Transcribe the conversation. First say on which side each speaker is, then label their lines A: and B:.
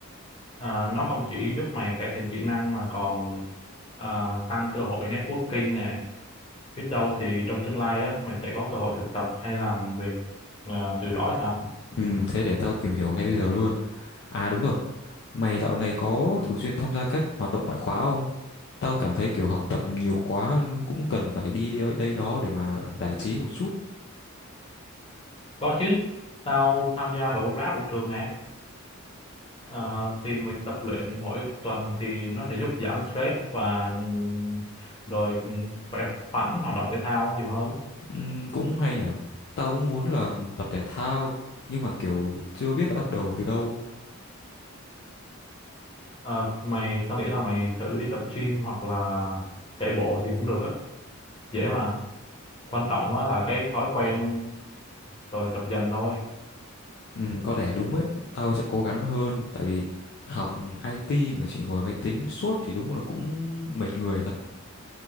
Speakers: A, on the left; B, on the left.
A: à, nó không chỉ giúp mày cải thiện kỹ năng mà còn à, tăng cơ hội networking nè biết đâu thì trong tương lai á mày sẽ có cơ hội thực tập hay làm việc à, từ đó hay sao
B: Ừ, thế để tao tìm hiểu ngay bây giờ luôn. À đúng rồi, mày dạo này có thường xuyên tham gia các hoạt động ngoại khóa không? Tao cảm thấy kiểu học tập nhiều quá cũng cần phải đi đây, đây đó để mà giải trí một chút.
A: có chứ tao tham gia đội bóng đá của trường nè À, thì mình tập luyện mỗi tuần thì nó sẽ giúp giảm stress và ừm, rồi ừm, khỏe khoắn hoạt động thể thao nhiều hơn.
B: Ừ, cũng hay nhở. Tao cũng muốn là tập thể thao nhưng mà kiểu chưa biết là bắt đầu từ đâu
A: À, mày tao nghĩ là mày thử đi tập gym hoặc là chạy bộ thì cũng được á, dễ mà. Quan trọng á là cái thói quen rồi tập dần thôi.
B: Ừ, có lẽ đúng ấy, tao sẽ cố gắng hơn tại vì học IT mà chỉ ngồi máy tính suốt thì đúng là cũng mệt người thật.